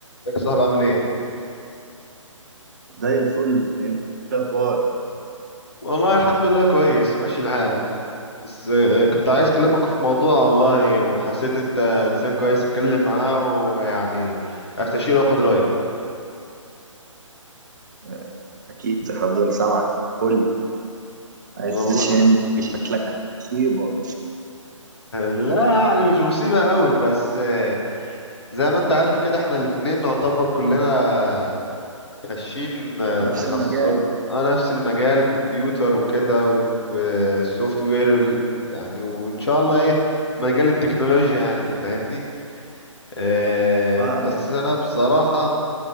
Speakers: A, on the left (about 50°); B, on the right (about 35°).
A: ازيك يا صاحبي عامل ايه؟
B: زي الفل انت إيه الاخبار
A: والله الحمد لله كويس ماشي الحال بس آه، كنت عايز اكلمك في موضوع والله وحسيت انت انسان كويس اتكلم معاه ويعني استشيره واخد رايك
B: آه، اكيد هفضل سامعك قول لي عايز
A: والله
B: تشين
A: <laughs>
B: شكلك مصيبه
A: لا يعني مش مصيبة قوي بس آه، زي ما انت عارف كده احنا الاتنين نعتبر كلنا خاشين آه،
B: نفس
A: تخصصات
B: المجال
A: اه نفس المجال كمبيوتر وكده والسوفت وير يعني وان شاء الله ايه مجال التكنولوجيا يعني انت فاهمني آه،
B: فاهمك
A: بس انا بصراحة